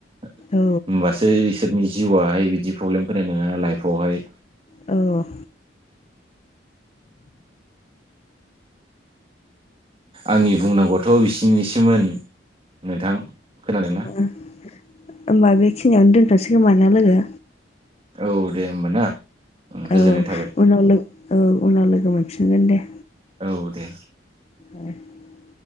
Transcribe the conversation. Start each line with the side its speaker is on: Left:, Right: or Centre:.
Right: होमबासो
Left: औ
Right: इसोरनि जिवावहाय बिदि प्रब्लेम फैनाय नङा लाइफावहाय
Left: औ
Right: आंनि बुंनांगौआथ' बिसिनिसोमोन नोंथां खोनादोंना
Left: ओ होमबा बेखिनियावनो दोनथ'सै खोमा ना लोगो
Right: औ दे होमबा ना गोजोननाय
Left: औ
Right: थाबाय
Left: उनाव लो औ उनाव लोगो मोनफिनगोन दे
Right: औ दे
Left: <unintelligible>